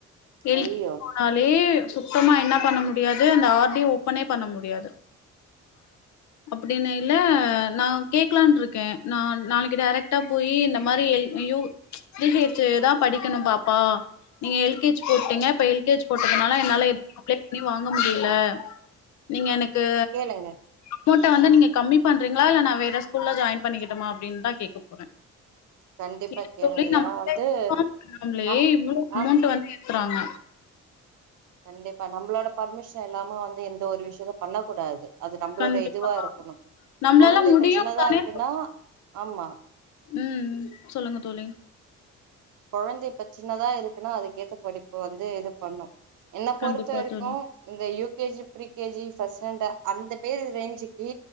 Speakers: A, on the left (about 65°); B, on the right (about 80°).
A: எல்
B: ஐயோ
A: னாலே சுத்தமா என்ன பண்ண முடியாது அந்த ஆர் டி ஓப்பனே பண்ண முடியாது அப்டினைல நா கேக்லான்ருக்கே நான் நாளைக்கு டேரக்டா போயி இந்த மாரி எல் ஐயோ பி ஹெச் சுதா படிக்கணு பாப்பா நீங்க எல் கே ஜ் போட்டிங்க இப்ப எல் கே ஜ் போட்டதுனால என்னால அப்ளை பண்ணி வாங்க முடியல நீங்க எனக்கூ
B: கேளுங்க
A: அமௌட்ட வந்து நீங்க கம்மி பண்றிங்ளா இல்ல நா வேற ஸ்கூல்ல ஜாயின் பண்ணிக்கட்டுமா அப்டின்தா கேக்க போறே
B: கண்டிப்பா
A: <unintelligible>
B: கேளுங்க ஏன்னா வந்து
A: ம்லே
B: நம்
A: இவ்ளோ அமௌண்ட்
B: ஆம்
A: வந்து ஏத்துறாங்க
B: கண்டிப்பா நம்ளோட பர்மிஷன் இல்லாம வந்து எந்த ஒரு விஷ்யகு பண்ண கூடாது அது நம்ளோட
A: கண்டிப்பா
B: இதுவா இருக்கணூ
A: நம்மளால
B: கொழந்தைங்க
A: முடியு
B: சின்னதா
A: தானே
B: இருக்குன்னா ஆமா
A: ம் சொல்லுங்க தோழி
B: கொழந்த இப்ப சின்னதா இருக்குனா அதுக்கேத்த படிப்பு வந்து இது பண்ணு என்ன பொறுத்த
A: கண்டிப்பா
B: வரைக்கூ
A: தோழி
B: இந்த U K G free K G first standard அந்த பேரு ரேஞ்சிக்கீ